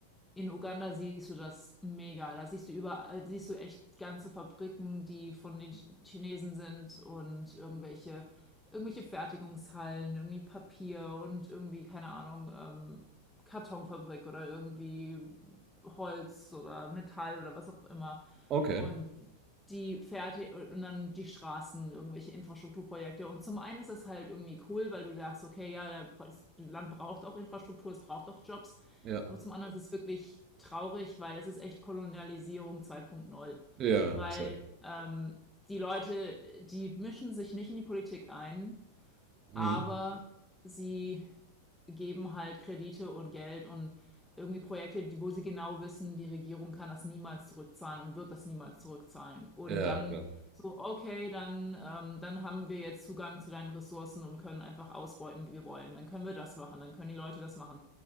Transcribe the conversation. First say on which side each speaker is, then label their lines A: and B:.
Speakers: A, in the centre; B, on the right (about 25°).
A: in Uganda siehst du das mega. Da siehst du überall, äh, siehst du echt ganze Fabriken, die von den Ch- Chinesen sind und irgendwelche, irgendwelche Fertigungshallen, irgendwie Papier und irgendwie, keine Ahnung, ähm, Kartonfabrik oder irgendwie Holz oder Metall oder was auch immer.
B: okay.
A: Und die Fährte und dann die Straßen, irgendwelche Infrastrukturprojekte. Und zum einen ist das halt irgendwie cool, weil du dachtest, okay, ja, das Land braucht auch Infrastruktur, es braucht auch Jobs.
B: Ja,
A: Aber zum anderen ist es wirklich traurig, weil es ist echt Kolonialisierung 2.0.
B: ja,
A: Weil
B: sehr.
A: ähm, die Leute, die mischen sich nicht in die Politik ein,
B: Mhm.
A: aber sie geben halt Kredite und Geld und irgendwie Projekte, die, wo sie genau wissen, die Regierung kann das niemals zurückzahlen und wird das niemals zurückzahlen. Und
B: Ja,
A: dann
B: klar.
A: so, okay, dann, ähm, dann haben wir jetzt Zugang zu deinen Ressourcen und können einfach ausbeuten, wie wir wollen. Dann können wir das machen, dann können die Leute das machen.